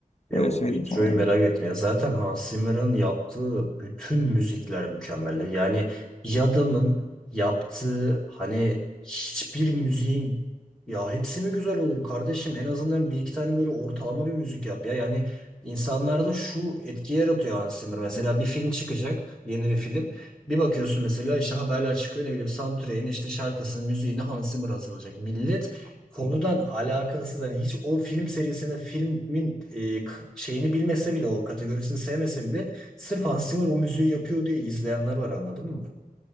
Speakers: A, in the centre; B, on the left.
A: Ya
B: Öyle
A: o
B: söyleyeyim
A: introyu
B: sana yani.
A: merak ettim. Ya zaten Hans Zimmer'ın yaptığı bütün müzikler mükemmel. Yani bir adamın yaptığı hani hiçbir müziğin ya hepsi mi güzel olur kardeşim? En azından bir iki tane böyle ortalama bir müzik yap ya. Yani insanlarda şu etki yaratıyor Hans Zimmer. Mesela bir film çıkacak, yeni bir film. Bir bakıyorsun mesela işte haberler çıkıyor ne bileyim soundtrack'in işte şarkısının müziğini Hans Zimmer hazırlayacak. Millet konudan alakasız hani hiç o film serisini filmin e, k- şeyini bilmese bile o kategorisini sevmese bile sırf Hans Zimmer o müziği yapıyor diye izleyenler var anladın mı?